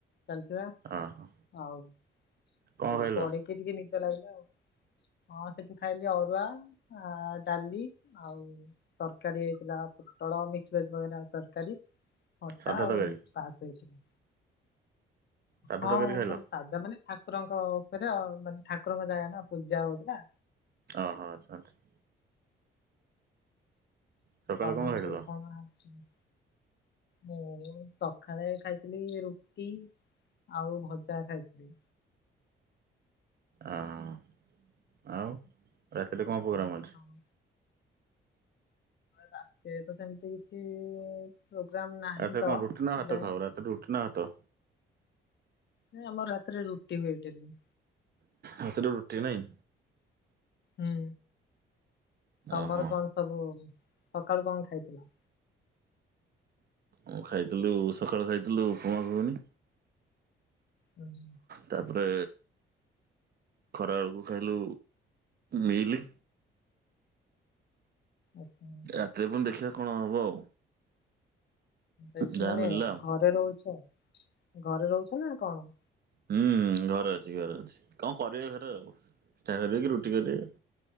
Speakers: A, on the left (about 60°); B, on the right (about 50°).
A: ଚାଲିଛି ବା।
B: ଓହୋ।
A: ହଉ ସେ
B: କଣ ଖାଇଲ
A: ପଢିକି ଟିକେ ନିଦ ଲାଗିଲା ଆଉ। ହଁ ସେଠୁ ଖାଇଲି ଅରୁଆ, ଆ ଡାଲି ଆଉ। ତରକାରୀ ହେଇଥିଲା ପୋଟଳ ମିକ୍ସଭେଜ୍ ବଗେରା ତରକାରୀ। ଖଟା
B: ସାଧା
A: ଆଉ
B: ତରକାରୀ
A: ପାସ ଦେଇଥିଲେ।
B: ସାଧା
A: ହଁ
B: ତରକାରୀ ଖାଇଲ
A: ମାନେ ସାଧା ମାନେ ଠାକୁରଙ୍କ ଉପରେ ଆଉ ମାନେ ଠାକୁରଙ୍କ ଜାଗା ନା ପୂଜା ହଉଥିଲା।
B: ଓହୋ ଆଛା, ଆଛା। ସକାଳେ
A: ତମର
B: କଣ ଖାଇଥିଲ
A: ସବୁ କଣ? <unintelligible> ମୁଁ ସଖାଳେ ଖାଇଥିଲି ରୁଟି। ଆଉ ଭଜା ଖାଇଥିଲି।
B: ଅହଃ ଆଉ ରାତିରେ କଣ ପ୍ରୋଗ୍ରାମ୍ ଅ
A: ଆଉ ରାତିରେ ତ ସେମତି କିଛି ପ୍ରୋଗ୍ରାମ ନାହିଁ
B: ରାତିରେ
A: ତ
B: କଣ
A: ଏ
B: ରୁଟି ନା ଭାତ
A: ଯାଏଁ।
B: ଖାଅ ରୁଟି ନା ଭାତ?
A: ନାଇଁ ଆମର ରାତିରେ ରୁଟି ହୁଏ ଡେଲି।
B: ରାତିରେ ରୁଟି ନାଇଁ?
A: ହୁଁ, ତମର
B: ଓହୋ
A: କଣ ସବୁ ସକାଳୁ କଣ ଖାଇଥିଲ?
B: ଆଁ ଖାଇଥିଲୁ ସକାଳୁ ଖାଇଥିଲୁ ଉପମା ଘୁଗୁନି।
A: ହୁଁ
B: ତାପରେ ଖରାବେଳକୁ ଖାଇଲୁ ମିଇଲି।
A: ଆଛା।
B: ରାତିରେ ପୁଣି ଦେଖିବା କଣ ହବ ଆଉ।
A: ରହୁଛ
B: ଯାହା
A: ମାନେ
B: ମିଳିଲା ଆଉ।
A: ଘରେ ରହୁଛ, ଘରେ ରହୁଛ ନା କଣ?
B: ହୁଁ ଘରେ ଅଛି, ଘରେ ଅଛି, କଣ କରିବେ ଘରେ ଆଉ, ପିଠା କରିବେ କି ରୁଟି କରିବେ।